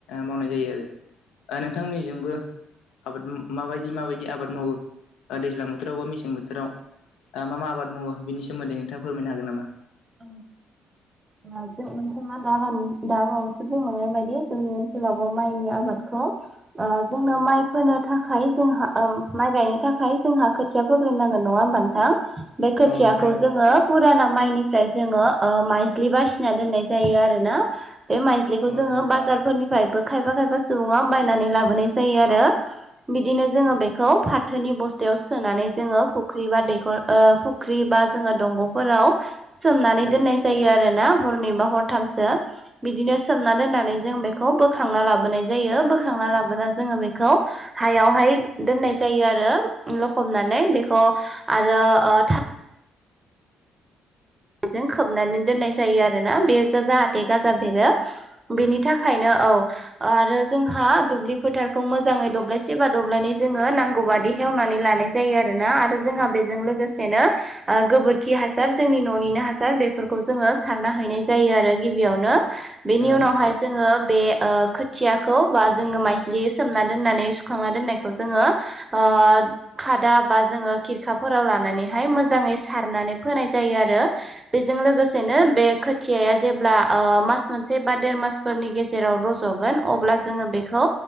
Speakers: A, on the left; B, on the right.
A: मावनाय जायो आरो नोंथांमोननि जोंबो आबाद मा-माबायदि माबायदि आबाद मावो दैजां बोथोरावबा मेसें बो बोथोराव ओ मा मा आबाद मावो बेनि सोमोन्दै नोंथांङा फोरमायनो हागोन नामा?
B: <inaudible> ओ जों नोंथांङा दामानि दाबायावसो बुंनाय बायदि जोंनि जोंनावबो माइनि आबादखौ ओ जोंनो माइ फोनो थाखाय जोंहा ओ माइ माइ गायनो था थाखाय जोंहा खोथिया फोग्रोनांगोन नंङा हबा नोंथां? बे खोयाखौ
A: औ नोंथां
B: जोंङो पुराना माइनि ओमफ्राय जोंङो ओ माइज्लि बासिना दोननाय जायो, आरोना बे माइज्लिखौ
A: औ
B: जोंङो
A: नोंथां
B: बाजारफोरनिफ्रायबो खायफा खायफा सुबुंङा बायनानै लाबोनाय जायो आरो बिदिनो जोंङो बेखौ फाथोनि बस्थायाव सोनानै जोंङो फख्रि बा दैखर ओ फख्रि बा ओ जोंङो दंग'फोराव सोमनानै
A: औ
B: दोननाय जायो आरोना हरनै बा हरथामसो बिदिनो सोमना दोननानै जों बेखौ बोखांना लाबोनाय जायो बोखां बोखांना लाबोना जोंङो बेखौ हायावहाय दोननाय जायो, आरो लखबनानै बेखौ आरो ओ था जों खोबनानै दोननाय जायो आरोना बेयो जाहाथे गाजा बेरो बेनि थाखायनो औ ओ आरो जोंहा दुब्लि फोथारखौ मोजांङै दब्लायसे बा दब्लायनानै जोंङो नांगौ बादि- हेवनानै लानाय जायो आरोना आरो जोंहा बेजों लोगोसेनो ओ गोबोरखि हासार जोंनि न'नि न'निनो हासार बेफोरखौ जोंङो सार हैनाय जायो आरो गिबियावनो बेनि
A: औ
B: उनावहाय जोंङो बे ओ खोथियाखौ बा जोंङो माइज्लि सोमना दोननानै सुखांना दोननायखौ जोंङो ओ ओ खादा बा जोंङो खिरखाफोराव लानानैहाय मोजांङै सारनानै फोनाय जायो आरो, बेजों लोगोसेनो बे खोथियाया जेब्ला ओ मास मोनसे बा देर मासफोरनि गेजेराव रज'गोन अब्ला जोंङो बेखौ